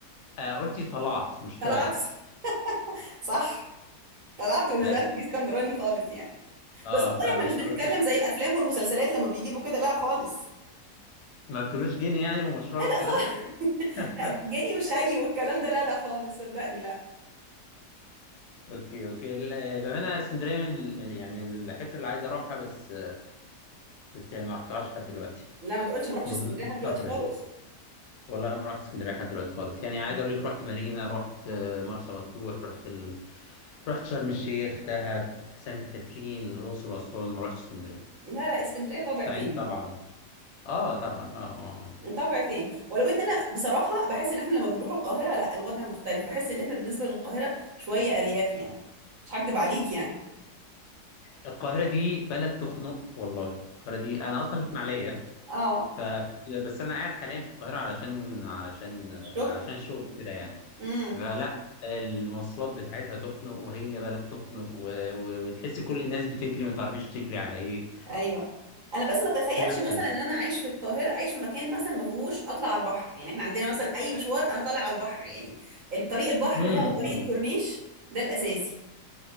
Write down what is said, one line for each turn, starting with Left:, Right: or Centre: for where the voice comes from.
Left: آه قلتي طلعت مش
Right: طلعت
Left: طلعت
Right: <laughs> صح طلعت ونزلت
Left: بس
Right: دي اسكندراني خالص يعني
Left: اه
Right: بس والله
Left: فبس
Right: احنا مش بنتكلم
Left: قلت
Right: زي الافلام والمسلسلات لما بيجيبوا كده لا خالص
Left: ما بتقولوش جنيه يعني ومشروع
Right: لا
Left: والكلام
Right: لا خالص
Left: ده
Right: <laughs>
Left: <laughs>
Right: لا جاني وشي والكلام ده لا لا خالص صدقني لا
Left: اوكي اوكي ال- بامانه اسكندريه من ال- من ال- يعني من الحته اللي عايز اروحها بس بس يعني ما رحتهاش لحد دلوقتي
Right: لا ما تقولش ما رحتش
Left: بمناسبه
Right: اسكندريه لحد دلوقتي
Left: السفر
Right: خالص
Left: يعني والله ما رحت اسكندريه لحد دلوقتي خالص يعني عايز
Right: لا
Left: اقول لك رحت مارينا رحت آه، مرسى مطروح رحت ال... رحت شرم الشيخ دهب سانت كاترين الاقصر واسوان ما رحتش اسكندريه
Right: لا اسكندريه طابع
Left: سعيد
Right: تاني
Left: طبعا اه طبعا اه آه. آه.
Right: طابع تاني ولو ان انا بصراحه بحس ان احنا لما بنروح القاهره لا الوضع مختلف بحس ان احنا بالنسبه للقاهره شويه ارياف يعني مش هكدب عليك يعني
Left: القاهره دي بلد تخنق والله القاهره دي انا اصلا من اسماعيليه
Right: اه
Left: ف بس انا قاعد حاليا في القاهره علشان علشان آه،
Right: الشغل
Left: علشان الشغل كده يعني
Right: امم
Left: فلا المواصلات بتاعتها تخنق وهي بلد تخنق و... و... وتحس كل الناس بتجري ما تعرفيش تجري على ايه
Right: ايوه انا بس ما اتخيلش
Left: لا
Right: مثلا
Left: حلو
Right: ان انا عايش في القاهره عايش في مكان مثلا ما فيهوش اطلع على البحر يعني احنا عندنا مثلا اي مشوار انا طالع على البحر يعني الطريق البحر
Left: امم
Right: ده وطريق
Left: أمم.
Right: الكورنيش ده الاساسي